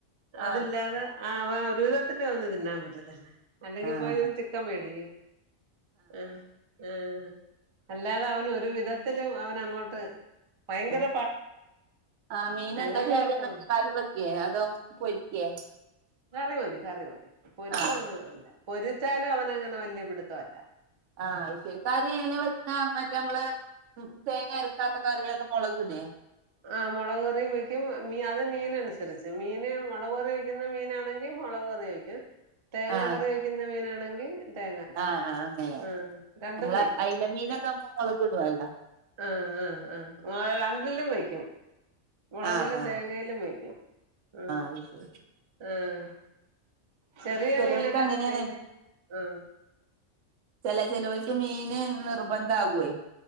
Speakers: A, on the right (about 40°); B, on the right (about 80°).
A: അതില്ലാതെ
B: ആഹ്
A: ആഹ് അവ ഒരു വിധത്തില്ഓന് തിന്നാ പറ്റത്തില്ല അല്ലെങ്കിപ്പോയി
B: ആഹ്
A: ഓൻചിക്കം മേടിക്കും ആഹ് ആഹ് അല്ലാതെ അവന് ഒരു വിധത്തിലും അവനങ്ങോട്ട് ഭയങ്കര
B: ആഹ് ആഹ് മീൻ
A: ഞങ്ങക്കാർക്കും
B: എന്താ ചെയ്യാ എന്നൊക്കെ കാര്യ വെക്കേ അതോ പൊരിക്കേ
A: കറി മതി കറി മതി പൊരിപ്പ
B: ആഹ്
A: അങ്ങല്ല പൊരിച്ചാലും അവന അങ്ങനെ വല്ല്യ പിടുത്തംല്ല
B: ആഹ് ശരി കാര്യംങ്ങനെ മറ്റേ നമ്മള് തേങ്ങ അരക്കാത്ത കറി അത് മുളകലേ
A: ആ മൊളവ് കറിയും വെക്കും മീ അത് മീനനുസരിച്ച് മീന് മൊളവ്കറി വെക്കുന്ന മീനാണെങ്കി മൊളവ് കറി വെക്കും തേങ്ങാ
B: ആഹ്
A: കറി വെക്കുന്ന മീനാണെങ്കി തേങ്ങ അരച്ച്
B: ആഹ്
A: വെക്കും
B: ആഹ് അങ്ങനെ
A: ആ രണ്ടും
B: നമ്മള്
A: വെ
B: അയില മീനൊക്ക <unintelligible>
A: ആഹ് ആഹ് ആ് രണ്ടിലും വയ്ക്കും മൊളകിലും
B: ആഹ് ആഹ്
A: തേങ്ങയിലും വെക്കും ആഹ്
B: അത് ശരി
A: ആഹ് ചെറിയ
B: ചെലോൽക്ക്
A: മീനൊക്കെ
B: അങ്ങനെയാണ്
A: കിട്ടിയെങ്കില് ആഹ്
B: ചെല ചേലോൽക് മീന് നിർബന്ധ ആകുവേ